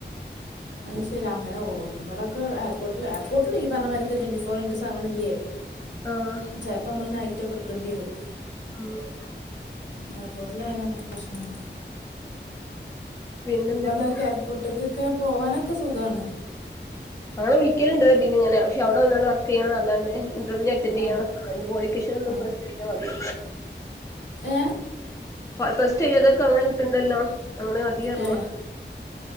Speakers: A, on the left; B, on the left.
A: അയിശെരി അങ്ങനെ ഓ ഇവിടൊക്കെ എയർപോട്ട്ല് എയർപോട്ട്ല് ഇയ്യ് പറഞ്ഞ മാരിക്ക് ട്വന്റി ഫോർന്റു ഇൻ്റൂ സെവൻല്ലേ?
B: <inaudible> ആഹ്
A: ചെൽപ്പം നമ്മൾ നൈറ്റൊക്കെടുക്കേണ്ടിരും
B: ആഹ്
A: എയർപോർട്ടിലായാലും അങ്ങൻത്തെ പ്രശ്നണ്ട്
B: പിന്നെന്തൊക്കെയാ
A: ഇയ്യ് പറഞ്ഞത്ക്ക് എയർപോർട്ട്ക്ക്ക്കെ പോവാനൊക്കെ സുഖണ്
B: അങ്ങെ വിളിക്കല്ണ്ട്ഇതിൻ ങ്ങനേ പക്ഷെ അവിടെ വന്നാണ്ട് വർക്ക് ചെയ്യണന്നർഞ്ഞാണ്ട്. ഇന്റർവ്യൂ അറ്റൻഡ്
A: ആ
B: ചെയ്യണം രണ്ട്കോളിക്കേഷൻ ഒന്ന്
A: ആ
B: പ്ലസ് ടു മതി
A: ഏ
B: ഫസ്റ്റ് ചെയ്യാതോർക്കും അങ്ങനെ കിട്ട്ണ്ടല്ലോ അങ്ങനെ മതിഅർഞ്
A: ഏ ഏ